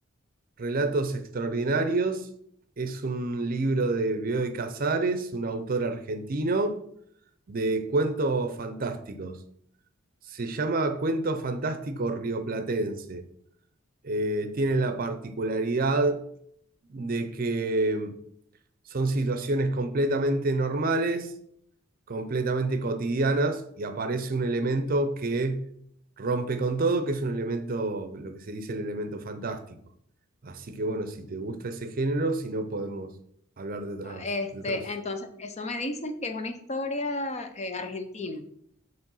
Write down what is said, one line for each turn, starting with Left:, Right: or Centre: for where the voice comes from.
Right: Relatos Extraordinarios. Es un libro de Bioy Casares, un autor argentino, de cuentos fantásticos. Se llama Cuento Fantástico Rioplatense. Eh, tiene la particularidad de que son situaciones completamente normales completamente cotidianas y aparece un elemento que rompe con todo, que es un elemento, lo que se dice el elemento fantástico. Así que bueno, si te gusta ese género, si no podemos hablar de otras,
Left: Este,
Right: de otros.
Left: entonces, eso me dices que es una historia eh, argentina. O